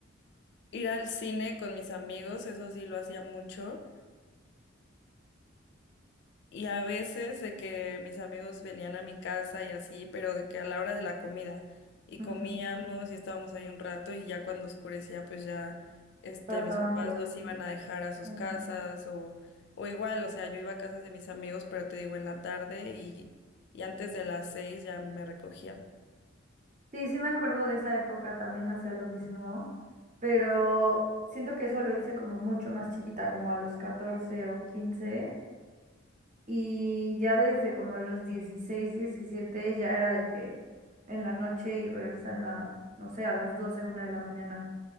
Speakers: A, on the left; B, on the right.
A: ir al cine con mis amigos, eso sí lo hacía mucho. Y a veces de que mis amigos venían a mi casa y así, pero de que a la hora de la comida y
B: Ujú,
A: comíamos y estábamos ahí un rato y ya cuando oscurecía pues ya este
B: Pasaban
A: mis papás
B: por
A: los
B: ello.
A: iban a dejar a sus
B: Ajá.
A: casas o o igual, o sea, yo iba a casas de mis amigos, pero te digo en la tarde y y antes de las seis ya me recogían.
B: Sí, sí me acuerdo de esa época, también hacía lo mismo. pero siento que eso lo hice como mucho más chiquita, como a los 14 o 15 y ya desde como los 16 17 ya era de que en la noche y regresa en la, no sé, a las doce una de la mañana.